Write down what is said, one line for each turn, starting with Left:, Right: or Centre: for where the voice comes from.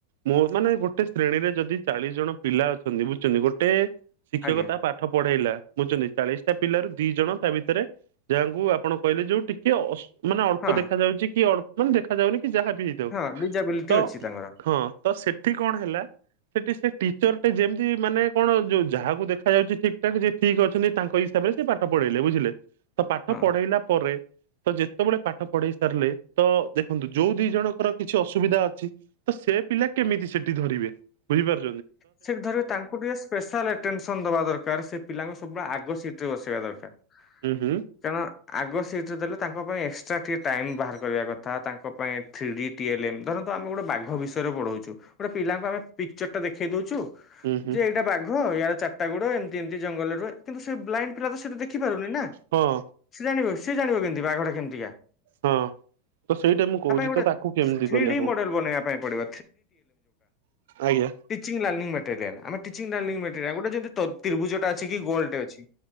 Right: ମୋ ମାନେ ଗୋଟେ ଶ୍ରେଣୀରେ ଯଦି ଚାଳିଶ ଜଣ ପିଲା ଅଛନ୍ତି ବୁଝୁଛନ୍ତି ଗୋଟେ ଶିକ୍ଷକ
Left: ଆଜ୍ଞା
Right: ତା ପା ପାଠ ପଢେଇଲା ବୁଝୁଚନ୍ତି ଚାଳିଶଟା ପିଲାରୁ ଦି ଜଣ ତା ଭିତରେ ଯାହାଙ୍କୁ ଆପଣ କହିଲେ ଯୋଉ ଟିକେ ଅସ୍ ମାନେ ଅଳ୍ପ
Left: ହଁ
Right: ଦେଖା ଯାଉଚି କି ଅଳ୍ ମାନେ ଦେଖାଯାଉନି କି ଯାହା ବ୍ ବି ହେଇଥାଉ
Left: ହଁ ଡିଜାବିଲିଟି
Right: ତ
Left: ଅଛି ତାଙ୍କର
Right: ହଁ ତ ସେଠି କଣ ହେଲା ସେଠି ସେ ଟିଚରଟେ ଯେମତି ମାନେ କଣ ଯୋଉ ଯାହାକୁ ଦେଖାଯାଉଚି ଠିକଠାକ ଯିଏ ଠିକ୍ ଅଛନ୍ତି ତାଙ୍କ ହିସାବରେ ସେ ପାଠ ପଢେଇଲେ ବୁଝିଲେ। ତ ପାଠ
Left: ହଁ।
Right: ପଢେଇଲା ପରେ ତ ଯେତବେଳେ ପାଠ ପଢେଇ ସାରିଲେ ତ ଦେଖନ୍ତୁ ଯୋଉ ଦିଇ ଜଣଙ୍କର କିଛି ଅସୁବିଧା ଅଛି ତ ସେ ପିଲା କେମିତି ସେଠି ଧରିବେ ବୁଝିପାରୁ
Left: ସେଠ ଧରିବେ ତାଙ୍କୁ ଟିକେ ସ୍ ପେଶାଲ ଆଟେନସନ ଦବା ଦରକାର ସେ ପିଲାଙ୍କୁ ସବୁବେଳେ ଆଗ ସିଟରେ ବସେଇବା ଦରକାର।
Right: ଉଁ ହୁଁ।
Left: କାରଣ ଆଗ ସିଟରୁ ଦେଲେ ତାଙ୍କ ପାଇଁ ଏକ୍ସଟ୍ରା ଟିକେ ଟାଇମ ବାହାର କରିବା କଥା ତାଙ୍କ ପାଇଁ ଥ୍ରୀଡି ଟି ଏଲ୍ ଏମ୍ ଧରନ୍ତୁ ଆମେ ଗୋଟେ ବାଘ ବିଷୟରେ ପଢୋଉଚୁ ଗୋଟେ ପିଲାଙ୍କୁ ଆମେ ପିକଚର୍ ଚର୍ ଦେଖେଇ ଦୋଉଚୁ
Right: ହୁଁ ହୁଁ
Left: ଯେ ଏଇଟା ବାଘ ୟାର ଚାରଟା ଗୋଡ ଏମତି ଏମତି ଜଙ୍ଗଲରେ ରୁହେ କିନ୍ତୁ ସେ ବ୍ଲାଇଣ୍ଡ୍ ପିଲା ତ ସେତ ଦେଖିପାରୁନି ନା
Right: ହଁ
Left: ସେ ଜାଣିବ ସିଏ ଜାଣିବ କେମତି ବାଘଟା କେମତିକା।
Right: ହଁ। ତ ସେଇଟା ମୁଁ କୋହୁଚି
Left: ଗୋଟେ
Right: ତ ତାକୁ କେମତି
Left: ଥ୍ରୀ
Right: କରିବା
Left: ଡି
Right: କହ?
Left: ମଡେଲ ବନେଇବା ପାଇଁ ପଡିବ
Right: ଆଜ୍ଞା।
Left: ଟିଚିଙ୍ଗ୍ ଲାର୍ଣ୍ଣିଂ ମ୍ୟାଟେରିଆଲ ଆମେ ଟିିଚିଙ୍ଗ୍ ଲାର୍ଣ୍ଣିଙ୍ଗ୍ ମ୍ୟାଟେରିଆଲ ଗୋଟେ ଯେମତି ତ-ତ୍ରିଭୁଜଟା ଅଛି କି ଗୋଲଟେ ଅଛି